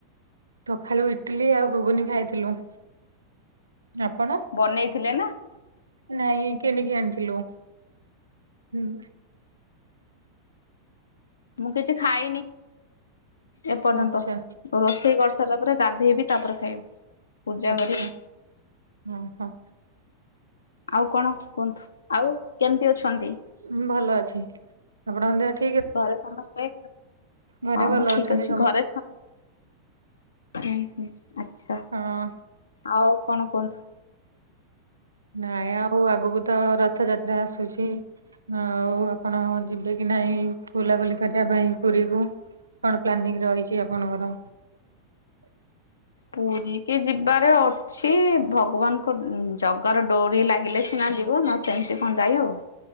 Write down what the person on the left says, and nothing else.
ବନେଇଥିଲେ ନା?
ମୁଁ କିଛି ଖାଇନି ଏପର୍ଯ୍ୟନ୍ତ।
ରୋଷେଇ କରି ସାରିଲା ପରେ ଗାଧେଇବି, ତାପରେ ଖାଇବି। ପୂଜା
କରିବି।
ଆଉ କଣ କୁହନ୍ତୁ ଆଉ କେମିତି ଅଛନ୍ତି?
ଘରେ ସମସ୍ତେ
ହଁ
ମୁଁ ଠିକ
ଅଛି ଘରେ ସମସ୍ତେ ହୁଁ ହୁଁ। ଆଚ୍ଛା।
ଆଉ କଣ କୁହନ୍ତୁ?
ପୁରୀ କି ଯିବାର ଅଛି ଭଗବାନଙ୍କ ଜଗାର ଡୋରି ଲାଗିଲେ ସିନା ଯିବ ନ ସେମିତି କଣ ଯାଇ ହବ?